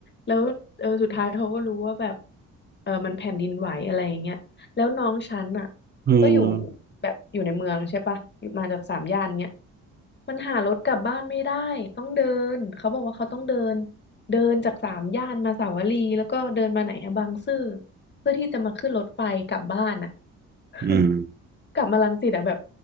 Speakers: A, on the left; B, on the right.
A: แล้วเออสุดท้ายเขาก็รู้ว่าแบบเออมันแผ่นดินไหวอะไรอย่างเงี้ยแล้วน้องฉันอ่ะ
B: เออ
A: ก็อยู่แบบอยู่ในเมืองใช่ปะอยู่มาจากสามย่านเนี้ยมันหารถกลับบ้านไม่ได้ต้องเดินเขาบอกว่าเขาต้องเดินเดินจากสามย่านมาสาวรีแล้วก็เดินมาไหนอะบางซื่อเพื่อที่จะมาขึ้นรถไฟกลับบ้านอะ <laughs>
B: อืม
A: กลับมารังสิตอะแบบ